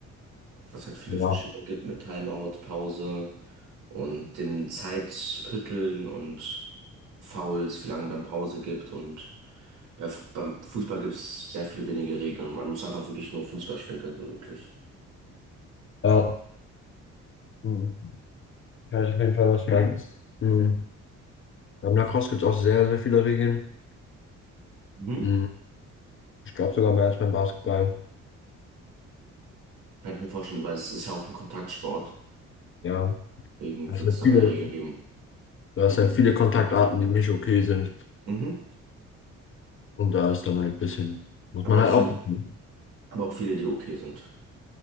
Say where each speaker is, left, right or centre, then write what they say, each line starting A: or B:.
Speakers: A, on the right (about 85°); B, on the left (about 45°).
A: Was halt viele
B: Ja.
A: verschiedene gibt mit Timeout, Pause und den Zeitvierteln und Fouls, wie lange dann Pause gibt. Und bei, Fu- beim Fußball gibt es sehr viel weniger Regeln. Man muss einfach wirklich nur Fußball spielen können, so wirklich.
B: Ja. Mhm. Weiß auf jeden Fall, was du Mhm. Beim Lacrosse gibt es auch sehr, sehr viele Regeln.
A: Mhm.
B: Mhm. Ich glaube sogar mehr als beim Basketball.
A: Kann ich mir vorstellen, weil es ist ja auch ein Kontaktsport.
B: Ja,
A: Deswegen
B: das
A: wird
B: sind
A: es da
B: viele,
A: mehr Regeln geben.
B: das sind viele Kontaktarten, die nicht okay sind.
A: Mhm.
B: Und da ist dann halt ein bisschen, muss
A: Aber
B: man
A: auch
B: halt
A: viele,
B: aufpassen.
A: aber auch viele, die okay sind.